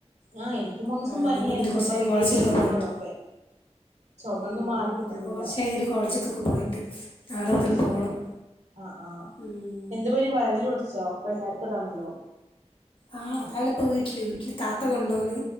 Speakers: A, on the right; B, on the left.
A: ആഹ് എനിക്ക് മൂന്ന്
B: ആ
A: ദിസം പനിയായിരുന്നു
B: ഞാൻ ഇപ്പോ ഇതില് കുറച്ചായി
A: ഇപ്പൊ റെഡി
B: കോളേജിലൊക്കെ
A: ആയിട്ട് വരുന്നള്ളൊക്കെ
B: പോയിട്ട്
A: ചുമൊന്നും
B: ഉം
A: മാറ കിട്ടുന്നില്ല
B: <unintelligible> ഒരു കോളജ് അക്കൊക്കെ പോയിട്ട് നാളെ
A: അ
B: മുതൽ
A: ശരിയ
B: പോണം
A: ആ ആഹ
B: ഉം
A: എന്ത് പരും വയറല് പഠിച്ചോ അപ്പൊ എല്ലാവർക്കും അതാണല്ലോ
B: ആഹ് അതാണ്പ്പോ വീട്ടില് വീട്ടില് താത്ത കൊണ്ടപോന്ന്